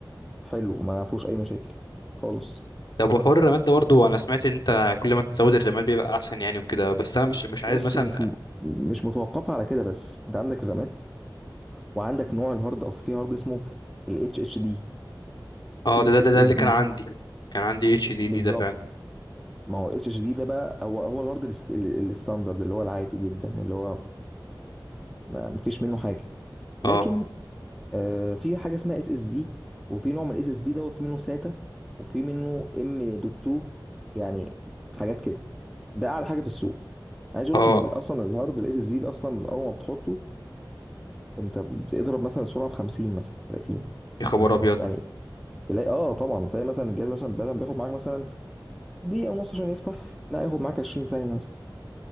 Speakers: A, in the centre; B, on the left.
A: حلو ما فيهوش اي مشاكل خالص
B: طب وحوار الرماد ده برضه انا سمعت ان انت كل ما تزود الرماد بيبقى احسن يعني وكده بس انا مش مش عايز
A: بص
B: مثلا
A: مش م... مش متوقفه على كده بس انت عندك الرامات وعندك نوع الهارد اصل في هارد اسمه ال HDD وفي
B: اه ده
A: الاس
B: ده ده, ده
A: اس
B: اللي
A: دي
B: كان عندي كان عندي اتش دي
A: بالظبط
B: دي ده فعلا
A: ما هو اتش دي ده بقى هو هو الهارد الست- ال- الستاندرد اللي هو العادي جدا اللي هو ما ما فيش منه حاجه لكن
B: اه
A: آه، في حاجه اسمها اس اس دي وفي نوع من الاس اس دي دوت في منه ساتا وفي منه ام دوت 2 يعني حاجات كده ده اعلى حاجه في السوق عايز اقول
B: اه
A: لك ان اصلا الهارد الاس اس دي ده اصلا اول ما بتحطه انت بتضرب مثلا سرعه في 50 مثلا 30
B: يا خبر ابيض
A: يعني تلاقي اه طبعا تلاقي مثلا الجهاز مثلا بدل ما بياخد معاك مثلا دقيقه ونص عشان يفتح لا ياخد معاك 20 ثانيه